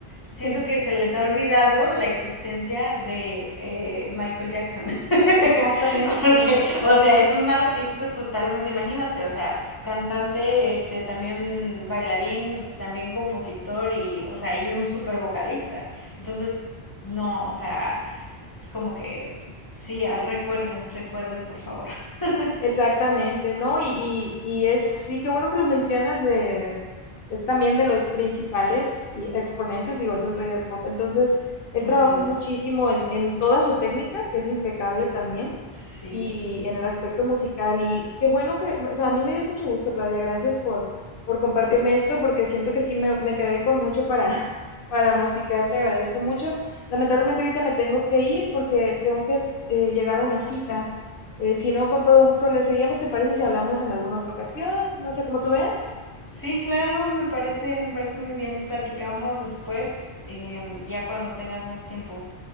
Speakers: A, on the left (about 25°); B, on the left (about 65°).
A: Siento
B: Sí,
A: que se les ha olvidado la existencia de eh, Michael Jackson. <laughs>
B: exactamente.
A: Porque, o sea, es un artista totalmente, imagínate, o sea, cantante, este, también bailarín, también compositor y,
B: <laughs> Compositor.
A: o sea, y un súper vocalista. Entonces, no, o sea, es como que, sí, ah, recuerden, recuerden, por favor. <laughs>
B: Exactamente, ¿no? Y, y- y es, sí, qué bueno que lo mencionas, eh, es también de los principales y exponentes, digo, es el rey del pop. Entonces, él
A: Uh
B: trabajó
A: -huh,
B: muchísimo en, en toda su técnica, que es impecable también,
A: sí.
B: y en el aspecto musical. Y qué bueno que, o sea, a mí me dio mucho gusto, Claudia, gracias por, por compartirme esto, porque siento que sí me, me quedé con mucho para, <laughs> para masticar, te agradezco mucho. Lamentablemente ahorita me tengo que ir porque tengo que eh, llegar a una cita. Eh, si no, con todo gusto le seguimos. ¿Te parece si hablamos en alguna otra ocasión? No sé cómo tú veas.
A: Sí, claro, me parece, me parece muy bien. Platicamos después, eh, ya cuando tengas más tiempo.